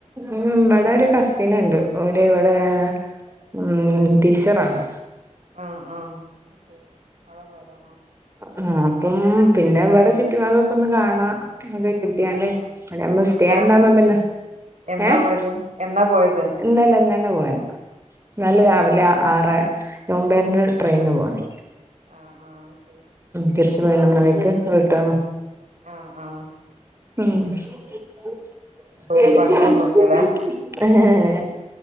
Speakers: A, on the right; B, on the right.
A: ഉം ഇവിടെ ഒരു കസിൻ ഉണ്ട് ഓര് ഇവിടെ ഉം ടീച്ചറാണ്
B: ആഹ് ആഹ് നാളെ പോയതാണോ
A: ആഹ് അപ്പം പിന്നെ ഇവിടെ ചുറ്റു ഭാഗം ഒന്ന് കാണാ സ്റ്റ്യൻ
B: ആഹ്
A: ഇവിടെയാകുമ്പം
B: ഇന്നലെ
A: സ്റ്റ്യൻ ഉണ്ടാകും പിന്നെ
B: എന്നാ
A: ഏഹ്
B: പോയത് എന്നാ പോയത്
A: ഇന്നലെ ഇന്നലെ പോയതാ ഇന്നെലെ
B: ആഹ്
A: രാവിലെ ആറെ ഒമ്പന്റെ ട്രെയിനിന് പോയതാ
B: ആഹ് ആഹ് ശരി
A: തിരിച് പതിനൊന്നണിക് റിട്ടനും
B: ആഹ് ആഹ്
A: ഉം <unintelligible>
B: അപ്പൊ പിന്നെ പണികളൊന്നുംല്ലല്ലേ
A: ആഹ്